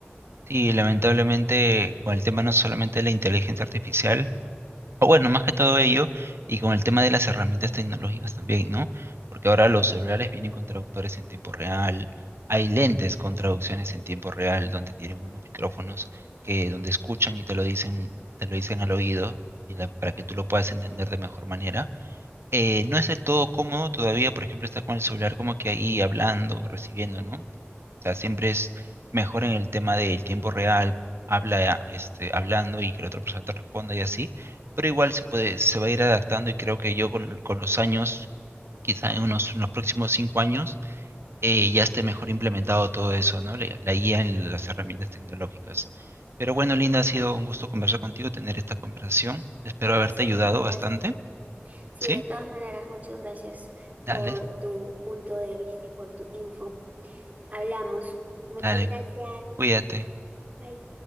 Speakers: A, on the right (about 70°); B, on the right (about 35°).
A: Y lamentablemente con el tema no solamente de la inteligencia artificial, O Bueno, más que todo ello, y con el tema de las herramientas tecnológicas también, ¿no? Porque ahora los celulares vienen con traductores en tiempo real, hay lentes con traducciones en tiempo real, donde tienen unos micrófonos que donde escuchan y te lo dicen, te lo dicen al oído, y la- para que tú lo puedas entender de mejor manera. Eh, no es del todo cómodo todavía, por ejemplo, estar con el celular como que ahí hablando, recibiendo, ¿no? O sea, siempre
B: Ujú, ujú.
A: es mejor en el tema del tiempo real, habla, este, hablando y que la otra persona te responda y así, pero igual se puede, se va a ir adaptando y creo que yo con, con los años, quizá en unos, unos próximos cinco años, eh, ya esté mejor implementado todo eso, ¿no? La, la guía en las herramientas tecnológicas. Pero bueno, Linda, ha sido un gusto conversar contigo, tener esta conversación. Espero
B: Oye,
A: haberte
B: sí,
A: ayudado bastante,
B: gracias. Sí,
A: ¿sí?
B: de todas maneras, muchas gracias
A: Dale,
B: por tu punto de vista y por tu info. Hablamos. Muchas
A: dale,
B: gracias.
A: cuídate.
B: Bye.